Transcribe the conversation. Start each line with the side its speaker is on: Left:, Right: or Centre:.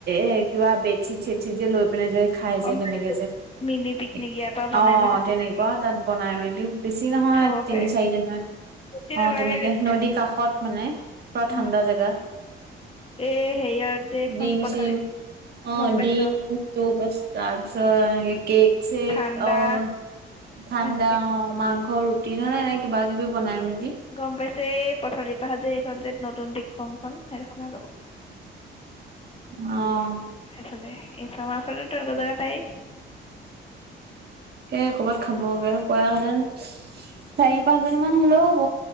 Right: এ, কিবা বেদচিত চেদচিত যে লৈ পিনে যে খাই
Left: গম
Right: যে তেনেকে
Left: পাইছো
Right: যে।
Left: মিনি পিকনিক
Right: এ,
Left: ইয়াৰ পৰা বনাই
Right: অ',
Left: মেলি লৈ
Right: তেনেকুৱা
Left: যাবি
Right: তাত বনাই মেলি বেছি নহয়
Left: খাব পাৰে
Right: তিনি চাৰি জনীমান।
Left: বেছি নালাগে
Right: অ', তেনেকে
Left: তেতিয়া।
Right: নদী কাষত মানে পুৰা
Left: উম
Right: ঠাণ্ডা জেগা।
Left: এই হেৰিয়ত যে এইখন
Right: দিম
Left: পথালি
Right: চিম। অ',
Left: গম পাইছ
Right: দিম ত' পাছ তাৰ পিছত কেক চেক
Left: ঠাণ্ডা
Right: অ', ঠাণ্ডা
Left: সেনেকুৱা
Right: অ', মাংস ৰু দিনত এনে কিবা কিবি বনাই মেলি।
Left: গম পাইছে এই পথালি পাহাৰ যে এইখন যে নতুন দিক্ৰংখন সেইদখ ভাল হ'ব।
Right: অ'।
Left: সেইফালে <unintelligible> পাৰি
Right: সেই ক'ৰবাত খাবগে পোৱাহেঁতেন, চাৰি পাঁচজনীমান হ'লেও হ'ব।